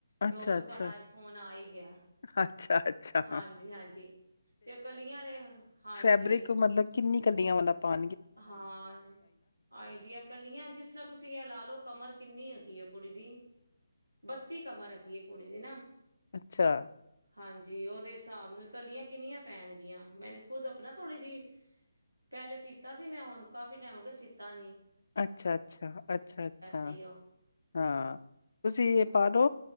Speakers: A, on the left; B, on the right.
A: ਅੱਛਾ
B: ਤੇ ਉਹ
A: ਅੱਛਾ
B: ਤੁਹਾਡਾ ਅੱਜ ਫੋਨ ਆ ਹੀ ਗਿਆ
A: ਅੱਛਾ ਅੱਛਾ
B: ਹਾਂਜੀ ਹਾਂਜੀ ਤੇ ਉਹ ਕਲੀਆਂ ਦੇ ਹਾਂਜੀ
A: ਫੈਬਰਿਕ ਮਤਲਬ ਕਿੰਨੀ ਕਲੀਆਂ ਵਾਲਾ ਪਾਨਾ।
B: ਹਾਂ ਆਈਡੀਆ ਕਲੀਆਂ ਜਿਸ ਤਰ੍ਹਾਂ ਤੁਸੀਂ ਇਹ ਲਾ ਲਓ ਕਮਰ ਕਿੰਨੀ ਹੈਗੀ ਹ ਕੁੜੀ ਦੀ ਬੱਤੀ ਕਮਰ ਦੀ ਕੁੜੀ ਦੀ ਨਾ।
A: ਅੱਛਾ।
B: ਹਾਂਜੀ ਉਹਦੇ ਹਿਸਾਬ ਨਾਲ ਕਲੀਆਂ ਕਿੰਨੀਆਂ ਪੈਣਗੀਆਂ <inaudible> ਥੋੜੀ ਜਿਹੀ ਪਹਿਲੇ ਸੀ। ਤਾਂ ਸੀ ਮੈਂ ਹੁਣ ਕਾਫੀ ਟਾਈਮ ਹੋ ਗਿਆ ਸੀਤਾ ਨਹੀਂ।
A: ਅੱਛਾ ਅੱਛਾ ਅੱਛਾ ਅੱਛਾ
B: ਆਈ ਉਹ
A: ਹਾਂ ਤੁਸੀਂ ਇਹ ਪਾ ਦੋ।